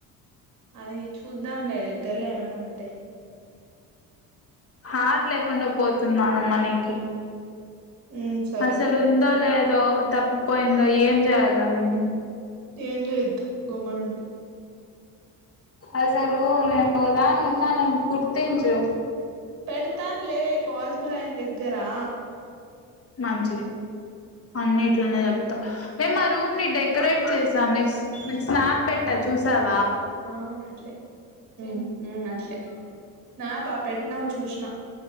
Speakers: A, on the right (about 55°); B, on the left (about 35°).
A: అది చూద్దాం లేద దగ్గరలో ఏమైనా ఉంటే
B: హార్ట్ లేకుండా పోతుంది నానమ్మ నీకి
A: ఉమ్ సరే
B: అసలు ఉందో లేదో తప్పు పోయిందో ఏం చేయాలా నిన్నీ
A: ఏం చేయద్దు గమ్మానుం
B: అసలు నేను ఒకదాన్ని ఉన్నానని గుర్తించు
A: పెడతాన్లే పాసిబుల్ అయిందగ్గరా
B: మంచిది అన్నిట్లనే చెప్తా వే మా రూమ్ నీ డెకొరేట్ చేసాం నీ నిక్ స్నాప్ పెట్టా చూసావ్
A: ఆ అట్లే ఊ ఊ అట్లే స్నాపా పెట్ నవ్ చూసినా